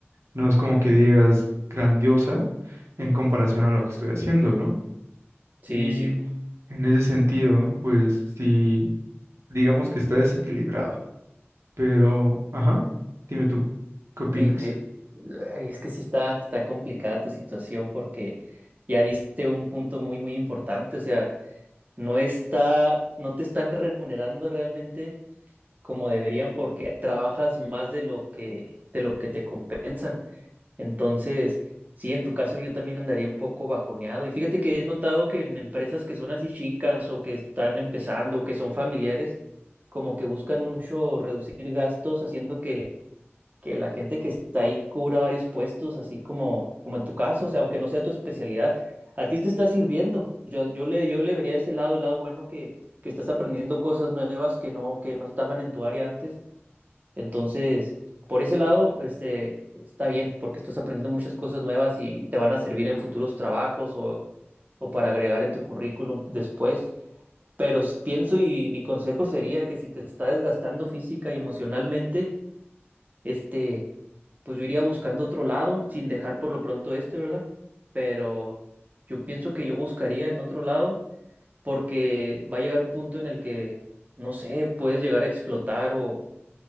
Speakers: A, on the right (about 75°); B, on the right (about 35°).
A: no es como que digas grandiosa en comparación a lo que estoy haciendo, ¿no?
B: Sí,
A: Y
B: sí,
A: en ese sentido pues sí, digamos que está desequilibrado. Pero, ajá, dime tú, ¿qué opinas?
B: Sí, te- ay, es que sí está, está complicada tu situación porque ya diste un punto muy, muy importante. O sea, no está, no te están remunerando realmente como deberían porque trabajas más de lo que, de lo que te compensan. Entonces, sí, en tu caso yo también andaría un poco bajoneado. Y fíjate que he notado que en empresas que son así chicas o que están empezando o que son familiares, como que buscan mucho reducir gastos haciendo que que la gente que está ahí cubra varios puestos, así como, como en tu caso, o sea, aunque no sea tu especialidad, a ti te está sirviendo. Yo, yo le, yo le vería ese lado, el lado bueno que, que estás aprendiendo cosas nuevas que no, que no estaban en tu área antes. Entonces, por ese lado, este, está bien, porque estás aprendiendo muchas cosas nuevas y te van a servir en futuros trabajos o, o para agregar en tu currículum después. Pero s- pienso y mi consejo sería que si te está desgastando física y emocionalmente, este, pues yo iría buscando otro lado, sin dejar por lo pronto este, ¿verdad? Pero yo pienso que yo buscaría en otro lado, porque va a llegar un punto en el que, no sé, puedes llegar a explotar o,